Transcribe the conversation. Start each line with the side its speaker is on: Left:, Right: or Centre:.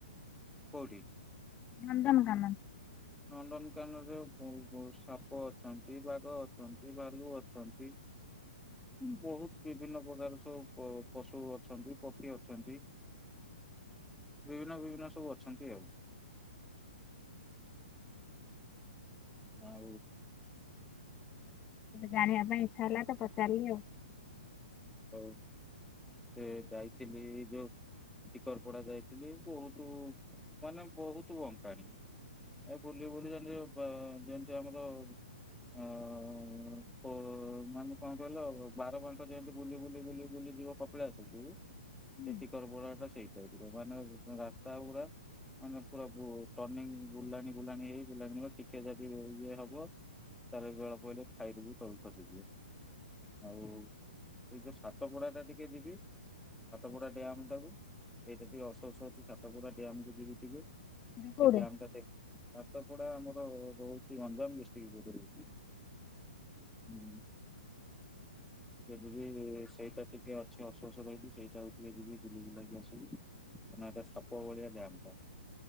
Centre: କୋଉଠି?
Left: ନନ୍ଦନକାନନ।
Centre: ନନ୍ଦନକାନନରେ ବହୁ ସାପ ଅଛନ୍ତି ବାଘ ଅଛନ୍ତି ଭାଲୁ ଅଛନ୍ତି। ବହୁତ ବିଭିନ୍ନ ପ୍ରକାର ସବୁ ପଶୁ ଅଛନ୍ତି ପକ୍ଷୀ ଅଛନ୍ତି। ବିଭିନ୍ନ ବିଭିନ୍ନ ସବୁ ଅଛନ୍ତି ଆଉ। ଆଉ
Left: ଜାଣିବା ପାଇଁ ଇଚ୍ଛା ହେଲା ତ ପଚାରିଲି ଆଉ।
Centre: ହଉ ଟିକେ ଯାଇଥିଲି ଯୋଉ ଟିକରପଡା ଯାଇଥିଲି ବହୁତୁ ମାନେ ବହୁତୁ ବଙ୍କାଣୀ। ଏ ବୁଲି ବୁଲି ଗଲୁ ବ ଯେନ୍ତି ଆମର ହଁ ପୋ ମାନେ କଣ କହିଲ ବାରବାଙ୍କ ଯେନ୍ତି ବୁଲି ବୁଲି ବୁଲି ବୁଲି ଯିବ କପିଳାସ କୁ ଏ
Left: ହୁଁ
Centre: ଟିକରପଡା ଟା ସେଇ ଟାଇପ୍ ର। ମାନେ ରାସ୍ତା ଗୁରା ମାନେ ପୁରା ବୁ ଟର୍ଣିଂ ବୁଲାଣି ବୁଲାଣି ହେଇ ବୁଲାଣି ର ଟିକେ ଯଦି ଇଏ ହବ। ତାର ବେଳ ପଇଲେ ଖାଇରୁ ବି ତଳକୁ ଖସିଯିବ। ଆଉ ଏଇ ଯଉ ସାତପୋଡା ଟା ଟିକେ ଯିବି। ସାତପଡା ଡ୍ୟାମ୍ ଟାକୁ। ଏଇଟା ଟିକେ ଅଫ୍ସୋସ୍ ଅଛି ସାତପଡା ଡ୍ୟାମ କୁ ଯିବି ଟିକେ। ସେ
Left: ସେଟା କୋଉଠି?
Centre: ଡ୍ୟାମ୍ ଟା ଦେ, ସାତପଡା ଆମର ରହୁଚି ଗଞ୍ଜାମ ଡିଷ୍ଟ୍ରିକ୍ ରୁଟ୍ ରେ ରହୁଚି। ହୁଁ। ଏବେବି ସେଇଟା ଟିକେ ଅଛି ଅଫ୍ସୋସ୍ ରହିଚି ସେଇଟା ଟିକେ ଯିବି ବୁଲି ବୁଲାକି ଆସିବି। କାରଣ ହେଟା ସାପ ଭଳିଆ ଡ୍ୟାମ୍ ଟା।